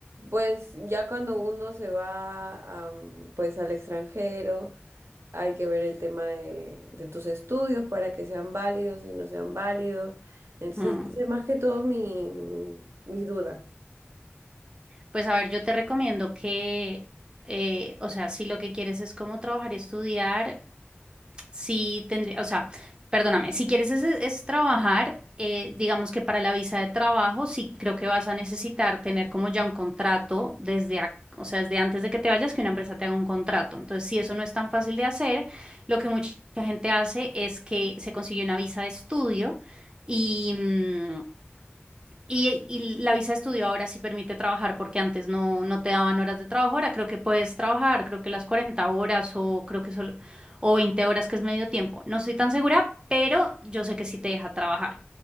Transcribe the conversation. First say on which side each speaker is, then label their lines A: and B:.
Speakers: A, on the right; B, on the right.
A: pues ya cuando uno se va am, pues al extranjero, hay que ver el tema de, de tus estudios para que sean válidos y no sean válidos. Entonces,
B: mm,
A: esa es más que todo mi, mi, mi duda.
B: pues a ver, yo te recomiendo que, eh, o sea, si lo que quieres es como trabajar y estudiar, sí tendría, o sea, perdóname, si quieres es, es trabajar, eh, digamos que para la visa de trabajo, sí creo que vas a necesitar tener como ya un contrato desde, ac- o sea, desde antes de que te vayas, que una empresa te haga un contrato. Entonces, si eso no es tan fácil de hacer, lo que mucha gente hace es que se consigue una visa de estudio. Y, mm, Y, y la visa de estudio ahora sí permite trabajar porque antes no, no te daban horas de trabajo. Ahora creo que puedes trabajar, creo que las 40 horas o creo que solo, o 20 horas que es medio tiempo. No estoy tan segura, pero yo sé que sí te deja trabajar.